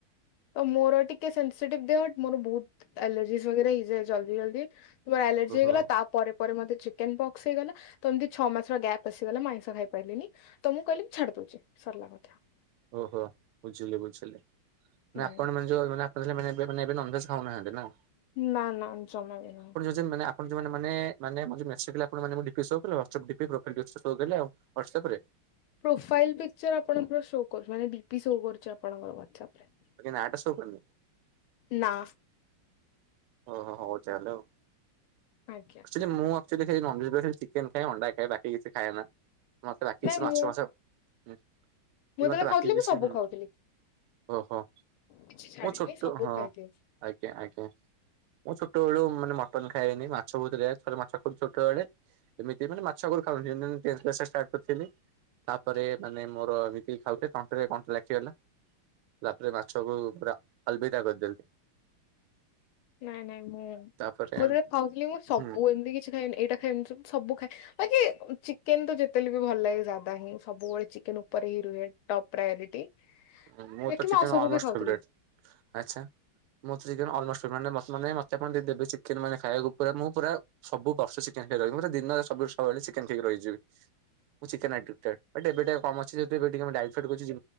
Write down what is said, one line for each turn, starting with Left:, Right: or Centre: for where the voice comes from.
Left: ତ ମୋର ଟିକେ ସେନ୍ସିଟିଭ୍ ଦେହ ମୋର ବହୁତ ଆଲର୍ଜିଜ୍ ବାଗେରା ହେଇଯାଏ ଜଲଦି ଜଲଦି। ମୋର ଆଲର୍ଜି
Right: ଓହୋ
Left: ହେଇଗଲା ତା ପରେ ପରେ ମତେ ଚିକେନ ପକ୍ସ ହେଇଗଲା ତ ଏମିତି ଛଅ ମାସର ଗ୍ୟାପ ପଶିଗଲା ମୁଁ ଆଇଁଷ ଖାଇ ପାରିଲିନି ତ ମୁଁ କହିଲି ମୁଁ ଛାଡି ଦଉଛି ସରିଲା କଥା।
Right: ଓହୋ ବୁଝିଲି ବୁଝିଲି ନା
Left: ହୁଁ
Right: ଆପଣ ମାନେ ଯୋଉ ମାନେ ଆ ନେବେ ନେବେ ମାନେ ଏବେ ନନଭେଜ ଖାଉନାହାନ୍ତି ନା।
Left: ନା ନା ଜମା ବିିି ନୁହଁ।
Right: ଯେ ମାନେ ଆପଣ ଯୋଉମାନେ ମାନେ ମାନେ ମୋର ଯୋଉ ମେଶି ଥିଲା ଆପଣ ମାନେ ମୋ ଡିପି ସୋ କଲା WhatsApp DP profile DP show କଲା। ହ୍ୱାଟସଆପ ରେ।
Left: ପ୍ରୋଫାଇଲ୍ ପିକଚର ଆପଣଙ୍କର ସୋ କରୁନି ମାନେ ଡିପି ସୋ କରୁଛି ଆପଣଙ୍କର ହ୍ୱାଟସଆପ ରେ।
Right: ବାକି ନାଁ ଟା ସୋ କରୁନି।
Left: ନା।
Right: ଓହୋ ହଉ ଚାଲେ ଆଉ।
Left: ଆଜ୍ଞା।
Right: ହିଲେ ମୁଁ ଆକଚୁଆଲି ସେଇ ନନଭେଜ୍ ପ୍ଲେଟ୍ ଖାଲି ଚିକେନ ଖାଏ ଅଣ୍ଡା ଖାଏ ବାକି କିଛି ଖାଏନା ମତେ ବାକି
Left: ନାଇଁ
Right: କିଛି ମାଛ
Left: ମୁଁ
Right: ଫାଛ ହୁଁ
Left: ମୁଁ
Right: ତୁଇ
Left: ଯେତେବେଳେ
Right: ମତେ ବାକି
Left: ଖାଉଥିଲି
Right: କିଛିନ୍
Left: ମୁଁ ସବୁ ଖାଉଥିଲି
Right: ଓହୋ
Left: କିଛି ଛାଡିନି
Right: ମୁଁ ଛୋଟ
Left: ସବୁ
Right: ହଁ।
Left: ଖାଇଦିଏ
Right: ଆଜ୍ଞା ଆଜ୍ଞା। ମୁଁ ଛୋଟ ବେଳୁ ମାନେ ମଟନ ଖାଇନି ମା ଛ ବହୁତ ରେଆର ଥରେ ମାଛ ଖ-ଛୋଟ ବଳେ ଏମିତି ମାନେ ମାଛ ଆଗରୁ ଖାଉନଥିଲି <unintelligible> ଟେନ୍ କ୍ଲାସ ରେ ଷ୍ଟାର୍ଟ କରିଥିଲି। ତାପରେ ମାନେ ମୋର ଏମିତି ଖାଉଥାଏ ତଣ୍ଟି ରେ କଣ୍ଟା ଲାଖିଗଲା। ତାପରେ ମାଛକୁ ପୁରା ଅଲବିଦା କରିଦେଲି।
Left: ନାଇଁ ନାଇଁ ମୁଁ ମୁଁ
Right: ତାପରେ
Left: ଯେତେବଳେ ଖାଉଥିଲି ମୁଁ ସବୁ
Right: ହୁଁ
Left: ଏମିତି କିଛି ଖାଇନି ଏଇଟା ଖାଏ ଏମିତି ସବୁ ଖାଏ ବାକି ଚିକେନ ତୁ ଯେ ତେ ହେଲେବି ଭଲ ଲାଗେ ଯାଦା ହିଁ ସବୁବେଳେ ଚିକେନ ଉପରେ ହି ରୁହେ ଟପ ପ୍ରାୟୋରିଟି।
Right: ହୁଁ ମୋର
Left: ବାକି
Right: ତ
Left: ମୁଁ
Right: ଚିକେନ
Left: ଆଉ ସବୁ
Right: ଅଲମୋଷ୍ଟ
Left: ବି ଖାଉଥିଲି
Right: ଫେବରାଇଟ୍। ଆଚ୍ଛା ମୋର ତ ଚିକେନ ଅଲ୍ମୋଷ୍ଟ ଫେ-ମାନେ-ମ-ମାନେ ମତେ ପୁଣି ଦିଦି ଦେବେ ଚି ଚିକେନ ମାନେ ଖାଇବାକୁ ପୁରା ମୁଁ ପୁରା ସବୁ ବର୍ଷ ଚିକେନ ଖାଇ ରହିବି ମୁଁ ପୁରା ଦିନରେ ସବୁୁ-ସବୁବେଳେ ଚିକେନ ଖାଇକି ରହିଯିବି। ମୁଁ ଚିକେନ ଆଡ଼ିକ୍ଟେ଼ଡ୍ ଏ ଡେବି ଟିକେ କମ୍ ଅଛି